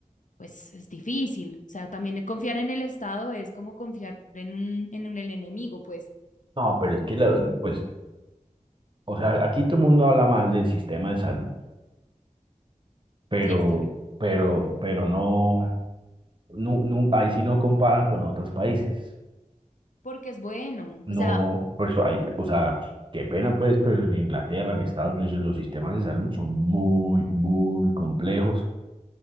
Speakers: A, on the left; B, on the right.
A: pues es difícil. O sea, también confiar en el Estado es como confiar en un, en un- el enemigo, pues
B: No, pero es que, la- pues, O sea, aquí todo el mundo habla mal del sistema de salud, pero,
A: sí, es terrible.
B: pero, pero no, no, no- ahí sí no comparan con otros países.
A: porque es bueno,
B: No,
A: o sea,
B: pues, ahí- o sea, qué pena pues, pero en Inglaterra, en Estados Unidos, los sistemas de salud son muy, muy complejos